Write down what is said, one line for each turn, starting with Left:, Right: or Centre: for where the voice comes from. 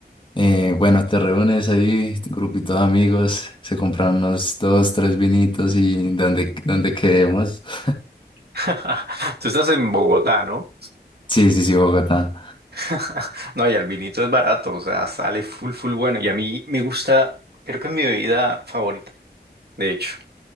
Left: eh, bueno, te reúnes ahí, tu grupito de amigos, se compran unos dos, tres vinitos y donde, donde quedemos. <laughs>
Right: <laughs> Tú estás en Bogotá, ¿no?
Left: Sí, sí, sí, Bogotá.
Right: <laughs> No, y el vinito es barato, o sea, sale full, full bueno. Y a mí me gusta, creo que es mi bebida favorita, de hecho.